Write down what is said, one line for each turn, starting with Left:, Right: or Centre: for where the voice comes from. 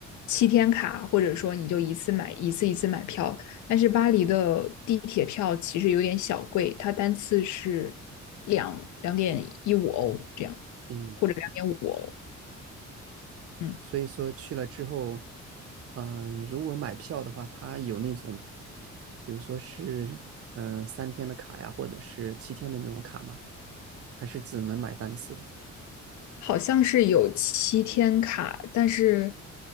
Left: 七天卡，或者说你就一次买一次一次买票。但是巴黎的地铁票其实有点小贵，它单次是两两点一五欧这样，
Right: 嗯。
Left: 或者两点五欧。嗯。
Right: 所以说去了之后，嗯、如果买票的话，它有那种，比如说是嗯、呃三天的卡呀，或者是七天的那种卡吗？还是只能买单次的？
Left: 好像是有七天卡，但是